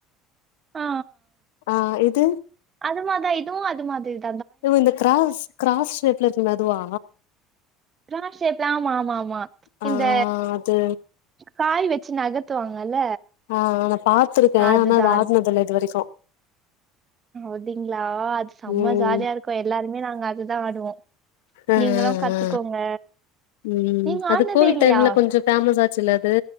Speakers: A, on the right; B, on the left.
A: ஆ
B: ஆ இது
A: அது மார்தா இதுவு அது மாதிரி தா
B: இதுவு இந்த க்ராஸ் க்ராஸ் ஷேப்ல இருக்குமே அதுவா
A: க்ராஸ் ஷேப்லா ஆமா ஆமா ஆமா
B: ஆ
A: இந்த
B: அது
A: காய் வச்சு நகத்துவாங்கல்ல
B: ஆ ஆ நா பாத்துருக்கே
A: அதுதா
B: ஆனா அது ஆட்னதுல்ல இது வரைக்கு
A: அப்டிங்ளா அது செம்ம
B: ம்
A: ஜாலியா இருக்கு எல்லாருமே நாங்க அதுதா ஆடுவோ
B: ஆ ஆ
A: நீங்களு கத்துக்கோங்க
B: ஆ ம்
A: நீங்க
B: அது
A: ஆடுனதே
B: கோவிட்
A: இல்லையா
B: டைம்ல கொஞ்சோ ஃபேமஸ் ஆச் சுல்ல அது